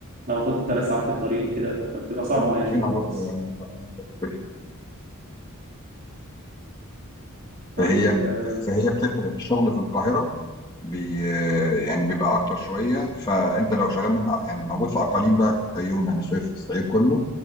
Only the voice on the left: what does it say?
انت
من
هنا برضه
يعني أنا- أنا-
فهي
فهي بتفرق الشغل في القاهرة بي... يعني بيبقى أكتر شوية فأنت لو شغال من يعني موجود في أقاليم بقى في الفيوم بني سويف في الصعيد كله